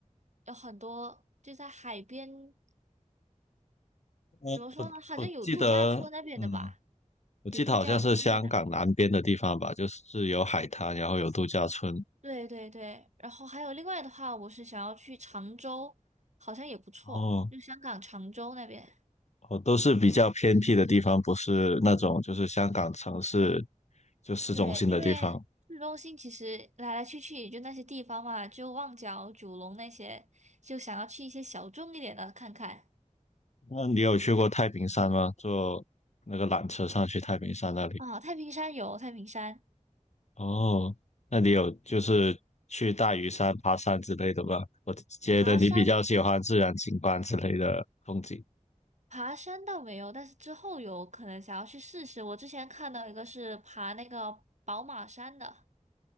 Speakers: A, on the right (about 65°); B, on the left (about 60°).
A: 有很多就在海边。
B: 我我我记得，
A: 怎么说呢？好像有度假村那边的吧，
B: 嗯，我记得好像是香港南边的地方吧，
A: 有度假村在那边。
B: 就是有海滩，然后有度假村，
A: 对对对，然后还有另外的话，我是想要去常州，好像也不错，
B: 哦
A: 就香港常州那边。
B: 哦，都是比较偏僻的地方，不是那种就是香港城市就市中心的地方。
A: 对，因为市中心其实来来去去也就那些地方嘛，就旺角、九龙那些，就想要去一些小众一点的看看。
B: 那你有去过太平山吗？坐那个缆车上去太平山那里？
A: 啊，太平山有太平山，
B: 哦，那你有就是去大屿山爬山之类的吗？我觉得你比较喜欢自然景观之类的风景。
A: 爬山爬山倒没有，但是之后有可能想要去试试。我之前看到一个是爬那个宝马山的。